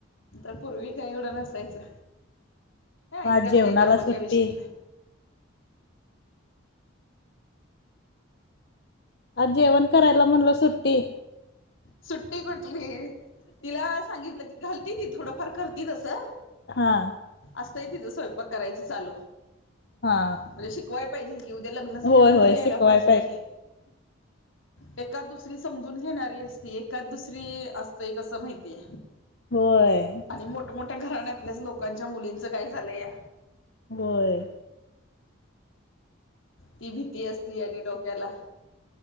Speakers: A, on the left; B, on the left.
A: तर पूर्वी काय एवढं नसायचं. आई
B: मग आज
A: करते
B: जेवणाला
A: ये त्यामुळेग
B: सुट्टी
A: काय विषय नाही.
B: आज जेवण करायला म्हणल सुट्टी.
A: सुट्टी कुठली तिला सांगितलं की घालती ती थोडंफार करती तसं.
B: हा.
A: त आहे तिथं स्वयंपाक करायचं चालू.
B: हा
A: म्हणजे शिकवायला पाहिजे कि उद्या लग्न झाल्यानंतर
B: होय होय
A: यायला
B: शिकवाय
A: पाहिजे कि. एकाद दुसरी समजून घेणारी असती एकाद दुसरी असतेय कसं माहितीय
B: होय
A: आणि मोठमोठ्या घराण्यातल्याच लोकांच्या मुलींचं काय झालं या
B: बय
A: ती भीती असती आणि डोक्याला